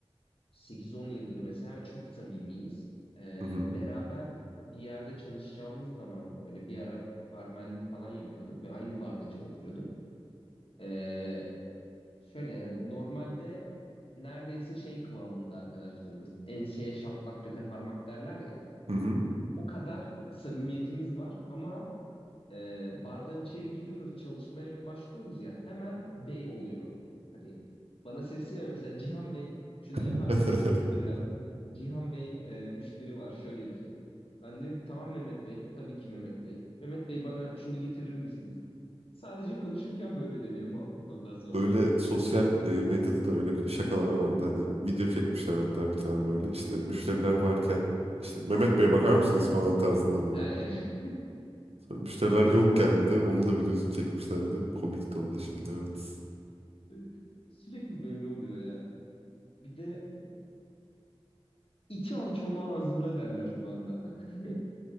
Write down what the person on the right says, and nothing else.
Hı hı.
Hı hı.
<laughs>
Öyle sosyal e, medyada da öyle şakalar vardı. Hani video çekmişler hatta bir tane
böyle. İşte müşteriler varken işte Mehmet Bey bakar mısınız falan tarzında böyle.
Sonra müşteriler yokken bir de onun da videosunu çekmişlerdi. Komik de o da şimdi evet.